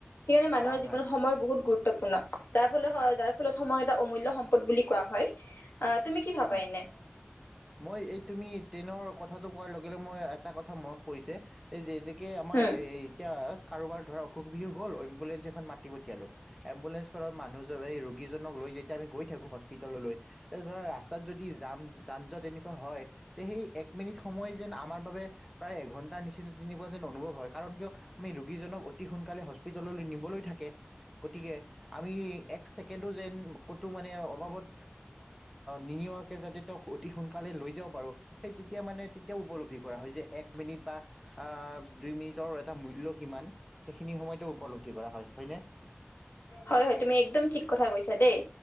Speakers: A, on the left; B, in the centre.
A: সেইকাৰণে মানুহ
B: হয়
A: জীৱনত
B: হয়
A: সময় বহুত গুৰুত্বপুৰ্ণ। গুৰুত্বপূৰ্ণ যাৰ ফলত -যাৰ ফলত সময় এটা অমূল্যয় সম্পদ বুলি কোৱা হয়। আহ তুমি কি ভাবা
B: অ
A: এনে
B: মই এই তুমি ট্ৰেইনৰ কথা। কথাটো কোৱাৰ লগে- লগে মই এটা কথা মনত পৰিছে এই যে যেনেকে আমাৰ
A: উম
B: এই এতিয়া কাৰোবাৰ ধৰা অসুখ বিসুখ হ'ল এমুলেঞ্চ এখন মাতি পঠিয়াব। মাতি পঠিয়ালো এম্বুলেঞ্চ খনত মানুহ। এই ৰোগীজনক লৈ যেতিয়া আমি গৈ থাকো হস্পিতাললৈ এই ধৰা ৰাস্তা তাত যদি জান যান জঁট তেনেকুৱা হয়। তে সেই এক মিনিট সময় যেন আমাৰ বাবে প্ৰায় এঘণ্টাৰ নিচিনা তেনেকুৱা যেন অনুভৱ হয়। কাৰণ কিয় আমি ৰোগীজনক অতি সোনকালে হস্পিটেললৈ নিবলৈ থাকে গতিকে আমি এক ছেকেণ্ডো যেন ক'তো মানে অবাবত। নিনিয়াকে যাতে তেওঁ অতি সোনকালে লৈ যাাব বাৰু সেই তেতিয়া মানে তেতিয়া উপলব্ধি কৰা হয় যে এক মিনিট বা দুই মিনিটৰ এটা মূল্য কিমান। সেইখিনি সময়ত উপলব্ধি কৰা হয় হয়নে?
A: হয় -হয় তুমি একদম ঠিক কথা কৈছা দেই